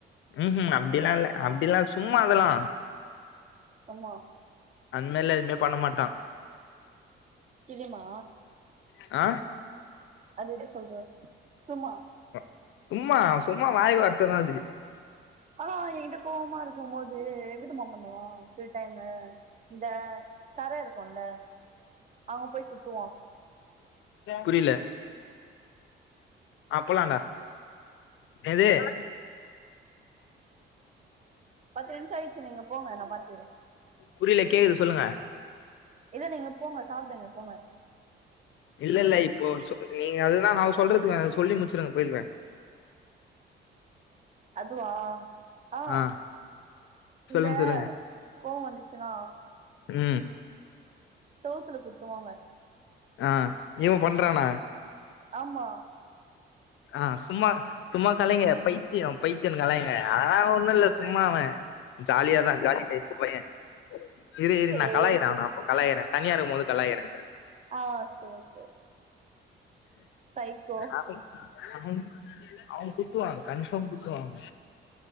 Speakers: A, on the left; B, on the right.
A: ம் ம் அப்டிலா இல்ல அப்டிலா சும்மா அதல்லா
B: ஆமா
A: அந் மாரிலா எதுவுமே பண்ண மாட்டா
B: தெரிமா
A: அ
B: அது எப்டி சொல்ற சும்மா
A: <unintelligible> சும்மா சும்மா வாய் வார்த்த தா அது
B: அனா அவ எங்கிட்ட கோபமா இருக்கும் போ து என்ன தெரிமா பண்ணுவோ சில டைமு இந்த தர இருக்குல்ல அங்க போய் குத்துவா
A: புரியில ஆ போலான்டாக இன்னது
B: பத்து நிம்ஷோ ஆயிச்சு நீங்க போங்க நா பாத்துக்கற
A: புரில கேக்குது சொல்லுங்க
B: இல்ல நீங்க போங்க சாப்டுங்க போங்க
A: இல்ல இல்ல இப்போ சொ நீங்க அதுதா இன்னாவோ சொல்றதுக்கு வந் சொல்லி முடிச்சிருங்க போய்ருவ
B: அதுவா அ
A: ஆ
B: இந்த
A: சொல்லுங்க சொல்லுங்க
B: கோவ வந்துச்சுன்னா
A: ம்
B: செவுத்துல குத்துவாங்க
A: ஆ இவ பண்றானா
B: ஆமா
A: ஆ சும்மா சும்மா கலைங்க பைத்தியோ பைத்தியோன் கலைங்க ஆ ஒண்ணு இல்ல சும்மா அவ ஜாலியாதா ஜாலி டைப் பைய இரு இரு
B: சேரி
A: நா கலாய்க்கிற
B: சேரி
A: அவன கலாய்க்கிற தனியா இருக்கும் போது கலாய்க்கிற
B: ஆ சேரி சேரி சைக்கோ
A: ஆஹும் அ அவுங்க குத்துவாங்க கன்ஃபார்ம் குத்துவாங்க